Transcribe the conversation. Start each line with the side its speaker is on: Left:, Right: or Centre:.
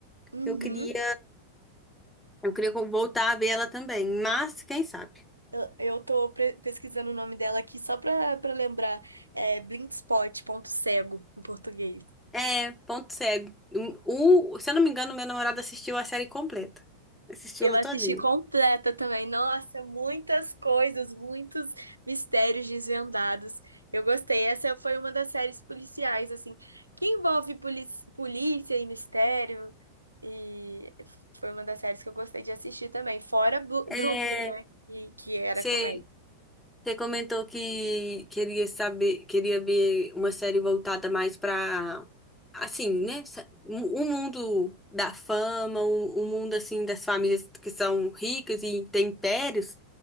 Right: Uhum.
Centre: eu queria, eu queria voltar a ver ela também, mas quem sabe?
Right: Eu, eu tô pre- pesquisando o nome dela aqui só pra, pra lembrar. É Blindspot, ponto cego, em português.
Centre: É, ponto cego. O, se eu não me engano, meu namorado assistiu a série completa. Assistiu
Right: Eu
Centre: ela
Right: assisti
Centre: todinha.
Right: completa também. Nossa, muitas coisas, muitos mistérios desvendados. Eu gostei. Essa foi uma das séries policiais, assim, que envolve poli- polícia e mistério. E foi uma das séries que eu gostei de assistir também. Fora Bru-
Centre: É,
Right: Brooklyn, né? Que, que era
Centre: você
Right: comédia.
Centre: você comentou que queria saber, queria ver uma série voltada mais para, assim, né? sa- O o mundo da fama, o, o mundo, assim, das famílias que são ricas e têm impérios.